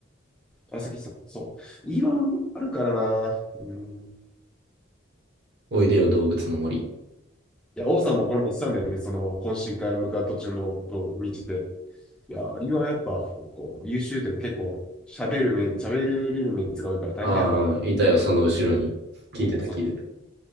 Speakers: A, in the centre; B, on the right.
A: あ、さきさん。そう。いいワンあるからな。うん。
B: おいでよ、動物の森。
A: いや、王さんもこの前言ってたんだよね、その、懇親会向かう途中の、の道で。いや、いはやっぱ、こう、優秀というか結構、喋る面、喋る面が多いから大変だよな。
B: ああ、いたよ、その後ろに。聞いてた、聞いてた。
A: そう